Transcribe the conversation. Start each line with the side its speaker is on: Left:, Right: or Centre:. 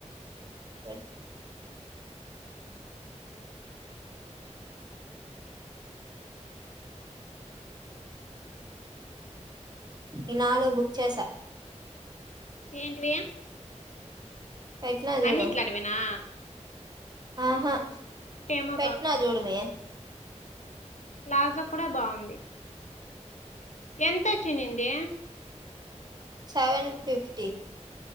Right: అఓ ఈనాలు బుక్ చేసా
Left: ఏంటివి
Right: పెట్టినా చూడు
Left: అన్ని ఇట్లాడివేనా
Right: ఆహా
Left: ఏమో
Right: పెట్నా చూడూమే
Left: ప్లాజా కూడా బాగుంది ఎంతోచ్చినింది
Right: సెవెన్ ఫిఫ్టీ